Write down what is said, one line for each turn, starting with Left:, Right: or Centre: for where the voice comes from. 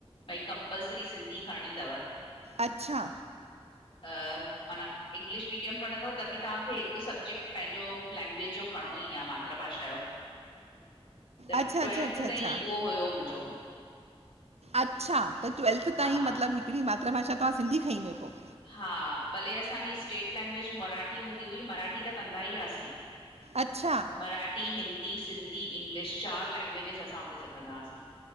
Left: भाई कंपलसरी सिंधी खणणी तव।
Right: अच्छा
Left: <unintelligible> माना इंग्लिश मीडियम पढ़ंदव त बि तव्हांखे हिकु सब्जेक्ट पंहिंजो लैंग्वेज जो खणणो ई आ मां मातृभाषा जो, त
Right: अच्छा, अच्छा,
Left: ट्वैेल्थ
Right: अच्छा, अच्छा,
Left: ताईं उहो हुयो मुंजो।
Right: अच्छा त ट्वैल्थ
Left: हा
Right: ताईं मतलब हिकड़ी मातृभाषा तव्हां सिंधी खई हुई पो?
Left: हा, भले असांजी स्टेट लैंग्वेज मराठी हूंदी हुई, मराठी त कंदा ही हआसीं।
Right: अचछा!
Left: मराठी, हिंदी, सिंधी, इंग्लिश चार लैंग्वेजिस असां हुते सिखंदा हुआसीं।